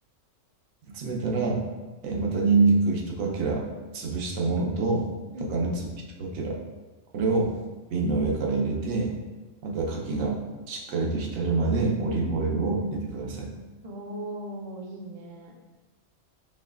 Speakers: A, on the right; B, on the right.
A: 詰めたら、えーまたニンニク一かけら潰したものと、
B: うん。
A: 鷹の粒一かけら、これを瓶の上から入れて、あとは牡蠣がしっかりと浸るまでオリーブオイルを入れてください。
B: うんおー、いいね。